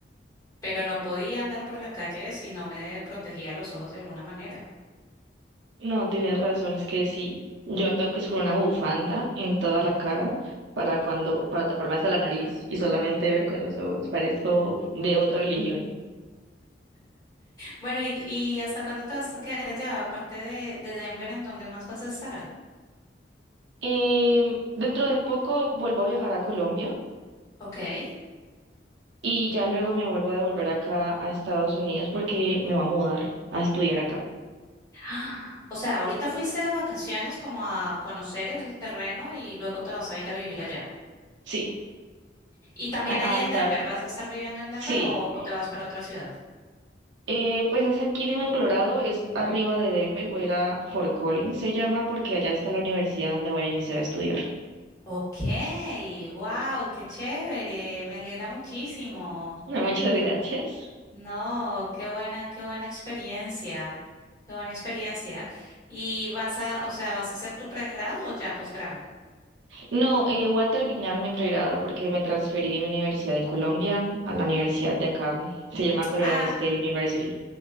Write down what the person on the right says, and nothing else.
No, tienes razón, es que sí, yo ando que es con una bufanda en toda la cara para cuando, para taparme hasta la nariz y solamente ver con los ojos, parezco de otra religión.
Em, dentro de poco vuelvo a viajar a Colombia
y ya luego me vuelvo a devolver acá a Estados Unidos porque me va a mudar a estudiar acá.
Sí,
a,
a estar,
sí.
Eh, pues hacia aquí mismo en Colorado, es arriba de Denver, voy a ir a Fort Collins, se llama porque allá está la universidad donde voy a iniciar a estudiar.
No, Muchas gracias.
No, eh, voy a terminar mi pregrado porque me transferí de mi universidad en Colombia a la universidad de acá. Se llama Colorado
State University.